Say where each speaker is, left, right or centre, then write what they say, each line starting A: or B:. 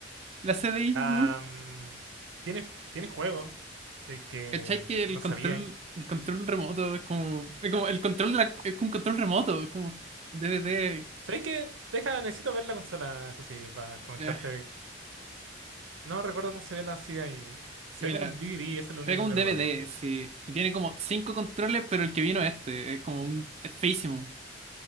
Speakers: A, on the right (about 35°); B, on the right (about 80°).
A: la C D I
B: Ah,
A: no?
B: mm, tiene, tiene juego. Así que
A: ¿Cachai que el
B: no
A: control,
B: sabía ahí.
A: el control remoto es como, es como el control de la- es como un control remoto, es como D DVD.
B: ¿Sabéis qué? Deja, necesito ver la consola, eso sí, para comentarte.
A: Ah,
B: No recuerdo cómo se ve la CDI. Se
A: mira,
B: ve como un DVD, eso es lo único
A: es como
B: que
A: un D
B: recuerdo.
A: V D sí. Y tiene como cinco controles, pero el que vino este es como un es feísimo.